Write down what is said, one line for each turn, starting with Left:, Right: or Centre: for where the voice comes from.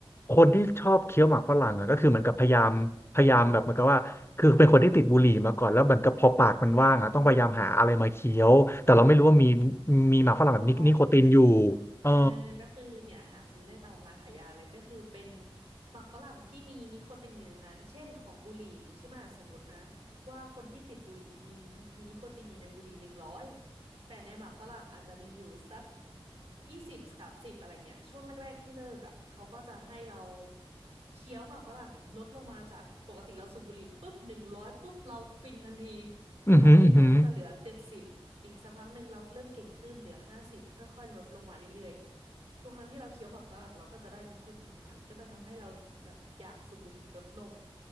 Left: คนที่ชอบเคี้ยวหมากฝรั่งอะก็คือเหมือนกับพยายามพยายามแบบเหมือนกับว่าคือเป็นคนที่ติดบุหรี่มาก่อนแล้วเหมือนกับพอปากมันว่างอะต้องพยายามหาอะไรมาเคี้ยวแต่เราไม่รู้ว่ามี
Right: อืม
Left: มีหมากฝรั่งแบบนินิโคตินอยู่
Right: อ๋อ
Left: เออ
Right: เออก็คือเนี่ยหาซื้อได้ตามร้านขายยาเลยก็คือเป็นหมากฝรั่งที่มีนิโคตินอยู่ในนั้นเช่นของบุหรี่อย่างนี้ใช่ไหมสมมตินะว่าคนที่ติดบุหรี่มีมีนิโคตินอยู่ในบุหรี่หนึ่งร้อยแต่ในหมากฝรั่งอาจจะมีอยู่สักยี่สิบสามสิบอะไรเงี้ยช่วงแรกๆที่เลิกอ่ะเขาก็จะให้เราเคี้ยวหมากฝรั่งลดลงมาจากปกติเราสูบบุหรี่ปุ๊บหนึ่งร้อยปุ๊บเราฟินทันที
Left: อือหืออือหือ
Right: คราวนี้ก็จะเหลือเจ็ดสิบ อีกสักพักหนึ่งเราเริ่มเก่งขึ้นเหลือห้าสิบค่อยๆลดลงมาเรื่อยๆทุกครั้งที่เราเคี้ยวหมากฝรั่งเราก็จะได้นิโคตินนั้นก็จะทำให้เราแบบอยากสูบบุหรี่ลดลง